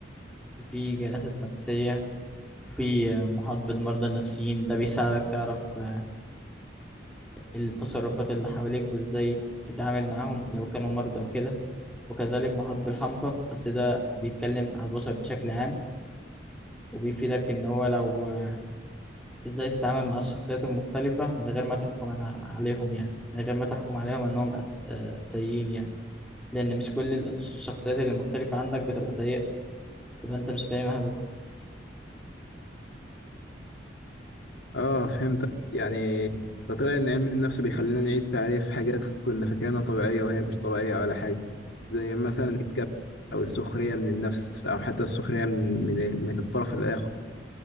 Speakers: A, in the centre; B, on the left (about 80°).
A: في جلسات نفسيه في آه، محاط بالمرضى النفسيين ده بيساعدك تعرف آه، التصرفات اللي حواليك وازاي تتعامل معاهم لو كانوا مرضى وكده وكذلك محاط بالحمقى بس ده بيتكلم على البشر بشكل عام وبيفيدك ان هو لو آه، ازاي تتعامل مع الشخصيات المختلفة من غير ما تحكم على- عليهم يعني من غير ما تحكم عليهم انهم أس... آه، سيئين يعني لأن مش كل الش- الشخصيات اللي مختلفة عنك بتبقى سيئة تبقى أنت مش فاهمها بس
B: اه فهمتك يعني ده طلع ان علم النفس بيخلينا نعيد تعريف حاجات كنا فاكرينها طبيعيه وهي مش طبيعيه ولا حاجه زي مثلا الكبت او السخريه من النفس او حتى السخريه من من, من الطرف الاخر